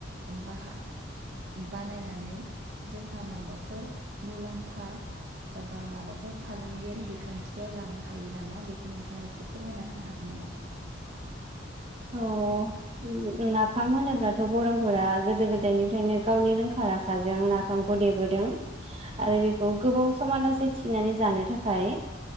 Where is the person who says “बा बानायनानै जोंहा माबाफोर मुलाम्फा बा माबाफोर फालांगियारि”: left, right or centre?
Right